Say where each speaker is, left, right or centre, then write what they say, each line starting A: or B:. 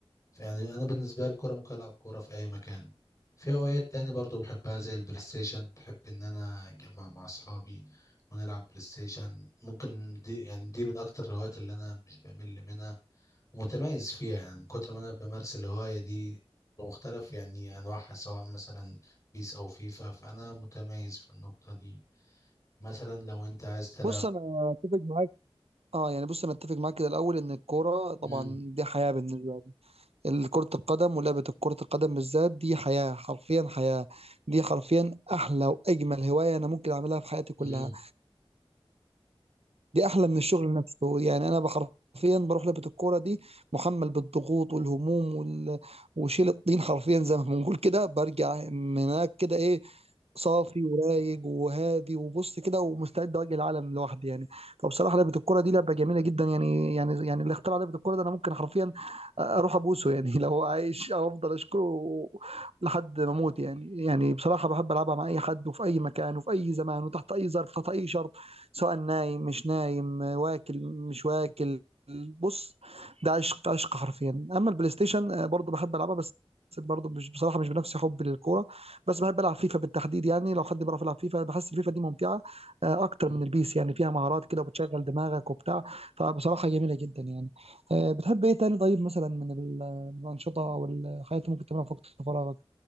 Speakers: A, on the left (about 30°); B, on the right (about 80°).
A: يعني انا بالنسبه لي الكوره ممكن العب كوره في اي مكان في هوايات تاني برضو بحبها زي البلاي ستيشن بحب ان انا اجمع مع اصحابي ونلعب بلاي ستيشن ممكن دي يعني دي من اكتر الهوايات اللي انا مش بمل منها ومتميز فيها يعني من كتر ما انا بمارس الهوايه دي بمختلف يعني انواعها سواء مثلا بيس او فيفا فانا متميز في النقطه دي مثلا لو انت عايز تلعب
B: بص انا اتفق معاك اه يعني بص انا اتفق معاك كده الاول ان الكوره طبعا
A: مم،
B: دي حياه بالنسبه لي كره القدم ولعبه كره القدم بالذات دي حياه حرفيا حياه دي حرفيا احلى واجمل هوايه انا ممكن اعملها في حياتي كلها
A: مم،
B: دي احلى من الشغل نفسه يعني انا بحرفيا بروح لعبه الكوره دي محمل بالضغوط والهموم وال... وشيل الطين حرفيا زي ما بنقول كده برجع من هناك كده ايه صافي ورايق وهادي وبص كده ومستعد اواجه العالم لوحدي يعني فبصراحه لعبه الكوره دي لعبه جميله جدا يعني يعني يعني اللي اخترع لعبه الكوره ده انا ممكن حرفيا اروح ابوسه يعني <laughs> لو هو عايش او افضل اشكره لحد ما اموت يعني يعني بصراحه بحب العبها مع اي حد وفي اي مكان وفي اي زمان وتحت اي ظرف تحت اي شرط سواء نايم مش نايم واكل مش واكل بص ده عشق عشق حرفيا اما البلاي ستيشن آه، برضه بحب العبها بس برضه مش بصراحه مش بنفس حبي للكوره بس بحب العب فيفا بالتحديد يعني لو حد بيعرف يلعب فيفا بحس الفيفا دي ممتعه آه، اكتر
A: مم،
B: من البيس يعني فيها مهارات كده وبتشغل دماغك وبتاع فبصراحه جميله جدا يعني آه، بتحب ايه تاني طيب مثلا من ال- الانشطه او الحاجات اللي ممكن تعملها في وقت فراغك